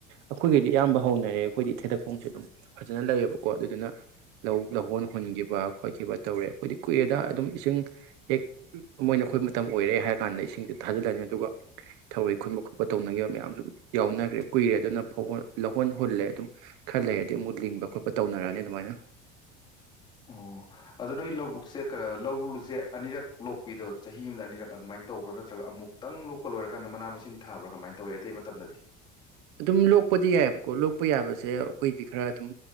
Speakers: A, on the right; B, on the left.
A: ꯑꯩꯈꯣꯏꯒꯩꯗꯤ ꯑꯌꯥꯝꯕ ꯍꯧꯅꯔꯦ ꯑꯩꯈꯣꯏꯗꯤ ꯊꯗꯛꯄ ꯃꯈꯣꯡꯁꯦ ꯑꯗꯨꯝ ꯐꯖꯅ ꯂꯩꯌꯦꯕꯀꯣ ꯑꯗꯨꯗꯨꯅ ꯂꯧ ꯂꯧꯍꯣꯟ ꯍꯨꯟꯈꯤꯕ ꯈꯣꯠꯈꯤꯕ ꯇꯧꯔꯦ ꯑꯩꯈꯣꯏꯗꯤ ꯀꯨꯏꯔꯦꯗ ꯑꯗꯨꯝ ꯏꯁꯤꯡ ꯍꯦꯛ ꯃꯣꯏꯅ ꯑꯩꯈꯣꯏ ꯃꯇꯝ ꯑꯣꯏꯔꯦ ꯍꯥꯏꯔ ꯀꯥꯟꯗ ꯏꯁꯤꯡꯁꯦ ꯊꯥꯖꯤꯜꯂꯅꯤ ꯑꯗꯨꯒ ꯊꯔꯩ ꯈꯨꯟꯕ ꯈꯣꯠꯄ ꯇꯧꯅꯈꯤꯕ ꯃꯌꯥꯝꯁꯨ ꯌꯥꯎꯅꯈ꯭ꯔꯦ ꯀꯨꯏꯔꯦ ꯑꯗꯨꯅ ꯐꯧ ꯂꯧꯍꯣꯟ ꯍꯨꯜꯂꯦ ꯑꯗꯨꯝ ꯈꯔ ꯂꯩꯔꯗꯤ ꯑꯃꯨꯛ ꯂꯤꯡꯕ ꯈꯣꯠꯄ ꯇꯧꯅꯔꯛꯑꯅꯤ ꯑꯗꯨꯃꯥꯏꯅ
B: ꯑꯣ ꯑꯗꯣ ꯅꯣꯏ ꯂꯧꯕꯨꯛꯁꯦꯔ ꯂꯧꯁꯦ ꯑꯅꯤꯔꯛ ꯂꯣꯛꯄꯤꯗꯣ ꯆꯍꯤ ꯑꯃꯗ ꯑꯅꯤꯔꯛ ꯑꯗꯨꯃꯥꯏꯅ ꯇꯧꯕ꯭ꯔꯥ ꯅꯠꯇ꯭ꯔꯒ ꯑꯃꯨꯛꯇꯪ ꯂꯣꯛꯄ ꯂꯣꯏꯔꯀꯥꯟꯗ ꯃꯅꯥ ꯃꯁꯤꯡ ꯊꯥꯕ꯭ꯔꯥ ꯀꯃꯥꯏꯅ ꯇꯧꯏꯤ ꯑꯇꯩ ꯃꯇꯝꯗꯗꯤ
A: ꯑꯗꯨꯝ ꯂꯣꯛꯄꯗꯤ ꯌꯥꯏꯑꯕꯀꯣ ꯂꯣꯛꯄ ꯌꯥꯕꯁꯦ ꯑꯩꯈꯣꯏꯗꯤ ꯈꯔ ꯑꯗꯨꯝ